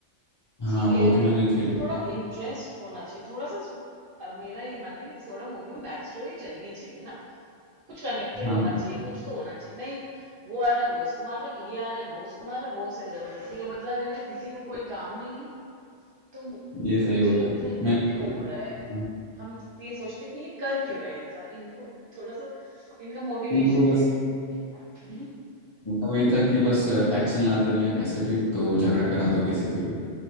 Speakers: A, on the left (about 40°); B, on the right (about 60°).
A: हाँ
B: ठीक है
A: वो
B: मतलब
A: तो मैंने
B: मूवी
A: थिएटर
B: में थोड़ा इंटरेस्ट होना चाहिए थोड़ा सा अब मेरा ये मानना है कि थोड़ा मूवी में बैक स्टोरी चलनी चाहिए ना कुछ कनेक्टेड
A: हाँ
B: होना
A: हाँ
B: चाहिए कुछ तो होना चाहिए नहीं वो आ रहा है वो इसको मार रहा है ये आ रहा है वो उसको मार रहा है वो उसे जबरदस्ती का बदला ले रहा है किसी को कोई काम नहीं है तो
A: ये
B: तो
A: सही
B: मुझे
A: बोला
B: लगता है कि
A: मैंने
B: ये क्यों हो रहा है
A: हाँ,
B: हम ये सोचते हैं कि ये कर क्यों रहे हैं ऐसा इनको थोड़ा सा इनका मोटिवेशन
A: उनको बस
B: क्या है हम्म।
A: वही था कि बस एक्शन ला देना है कैसे भी तो झगड़ा करा दो किसी से भी